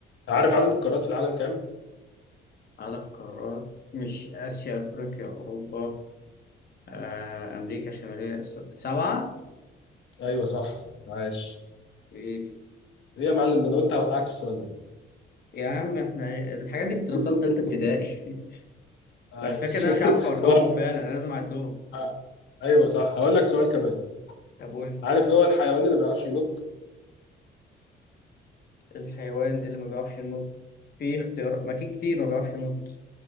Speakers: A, on the left; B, on the left.
A: عارف عدد القارات في العالم كام
B: عدد قارات مش اسيا افريقيا اوروبا آه، امريكا الشماليه س- سبعه
A: ايوه صح عاش
B: حبيبي.
A: ايه يا معلم ده انا قلت هوقعك في السؤال ده
B: يا عم إحنا إيه، الحاجات دي بدراسات
A: <laughs>
B: تالتة ابتدائي <laughs>
A: عاش
B: بس فكرة إن أنا
A: <laughs>
B: مش عارف أرقامهم
A: طب
B: فعلا أنا لازم أعدهم فاهم؟
A: ه- ايوه صح هقول لك سؤال كمان
B: طب قول
A: عارف ايه هو الحيوان اللي ما بيعرفش ينط
B: الحيوان اللي ما بيعرفش ينط في اختيار ما في كتير ما بيعرفش ينط